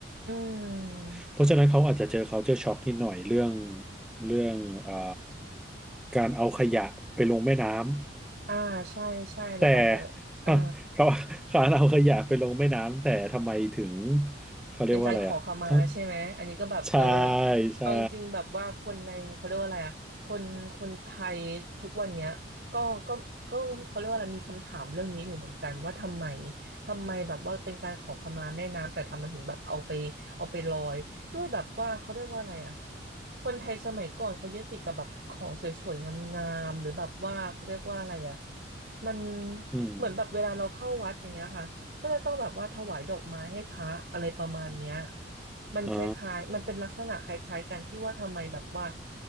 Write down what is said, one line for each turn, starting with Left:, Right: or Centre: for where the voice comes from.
Right: อืม
Centre: เพราะฉะนั้นเขาอาจจะเจอ culture shock นิดหน่อยเรื่องเรื่องอ่าการเอาขยะไปลงแม่น้ำ
Right: อ่าใช่ใช่เราก็อาจจะอ่า
Centre: แต่ <laughs> อ่ะเขาเขาเอาขยะไปลงแม่น้ำแต่ทำไมถึงเขาเรียกว่าอะไรอ่ะถ้า
Right: เป็นการขอขมาใช่ไหมอันนี้ก็แบบเออ
Centre: ใช่ใช่
Right: เอาจริงๆแบบว่าคนในเขาเรียกว่าอะไรอะคนคนไทยทุกวันเนี้ยก็ก็ก็เขาเรียกว่าอะไรมีคำถามเรื่องนี้อยู่เหมือนกันว่าทำไมทำไมแบบว่าเป็นการขอขมาแม่น้ำแต่ทำไมถึงแบบเอาไปเอาไปลอยด้วยแบบว่าเขาเรียกว่าอะไรอะคนไทยสมัยก่อนเขายึดติดกับแบบของสวยๆงามๆหรือแบบว่าเขาเรียกว่าอะไรอะมัน
Centre: อืม
Right: เหมือนแบบเวลาเราเข้าวัดอย่างเงี้ยค่ะ ก็จะต้องแบบว่าถวายดอกไม้ให้พระอะไรประมาณเนี้ยมันคล้ายๆมันเป็นลักษณะคล้ายๆกันที่ว่าทำไมแบบว่า
Centre: อ๋อ